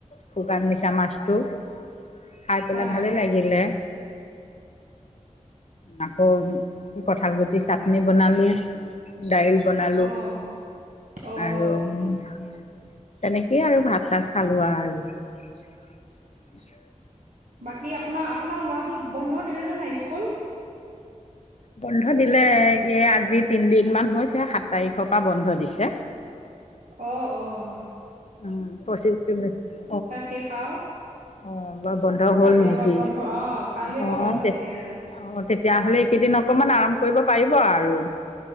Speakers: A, on the left; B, on the right.
A: শুকান মিছা মাছটো খাই পেলাই
B: হয়
A: ভালে লাগি লে, আকৌ কঁঠাল গুটি দি চাটনি বনালোঁ, দাইল বনালোঁ।
B: অঁ অঁ
A: আৰু তেনেকেই আৰু ভাত সাজ খালোঁ আৰু। <inaudible>
B: বাকী আপোনাৰ, আপোনাৰ ল'ৰাটোক বন্ধ দিলেনে নাই স্কুল?
A: বন্ধ দিলে এ, আজি তিনদিন মান হৈছে সাত তাৰিখ পা বন্ধ দিছে।
B: অ', অ', অ'।
A: উম, প্ৰচি <unintelligible> দে <unintelligible>
B: শেষ আৰু
A: অ', বা বন্ধ হ'ল
B: কালিৰ
A: নেকি?
B: পৰা বন্ধ অঁ কালিৰ
A: অ',
B: পৰা বন্ধ
A: তেত
B: দিলে
A: অ',
B: আৰু
A: তেত তেতিয়াহ'লে এইকেইদিন অকমান আৰাম কৰিব পাৰিব আৰু